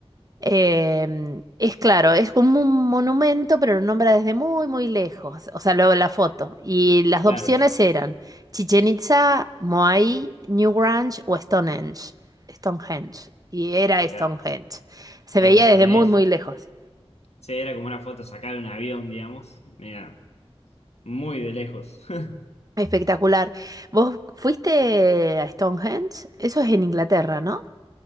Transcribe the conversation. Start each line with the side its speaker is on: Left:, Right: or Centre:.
Right: Em, es claro, es como un monumento, pero lo nombra desde muy, muy lejos. O sea, luego la foto. Y las opciones
Left: Claro, es-
Right: eran Chichen Itza, Moai, Newgrange o Stonehenge. Stonehenge. Y era Stonehenge.
Left: claro.
Right: Se
Left: Era
Right: veía
Left: Stone
Right: desde muy,
Left: Age.
Right: muy lejos.
Left: Sí, era como una foto sacada de un avión, digamos. Mira, muy de lejos. <laughs>
Right: Espectacular. ¿Vos fuiste a Stonehenge? Eso es en Inglaterra, ¿no?